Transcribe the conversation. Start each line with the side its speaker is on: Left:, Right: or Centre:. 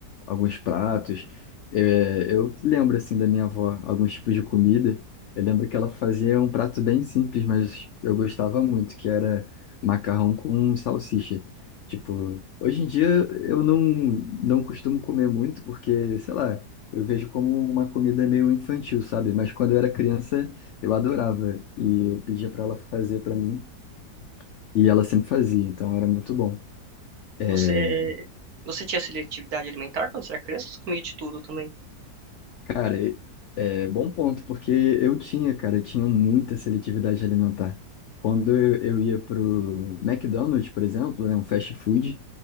Left: alguns pratos. É, eu lembro, assim, da minha avó, alguns tipos de comida. Eu lembro que ela fazia um prato bem simples, mas eu gostava muito, que era macarrão com salsicha. Tipo, hoje em dia eu não, não costumo comer muito, porque, sei lá, eu vejo como uma comida meio infantil, sabe? Mas quando eu era criança, eu adorava. E eu pedia para ela fazer para mim, e ela sempre fazia, então era muito bom. É,
Right: Você, você tinha seletividade alimentar quando você era criança? ou Você comia de tudo também?
Left: Cara, é bom ponto, porque eu tinha, cara, eu tinha muita seletividade alimentar. Quando eu, eu ia pro McDonald's, por exemplo, né, um fast food,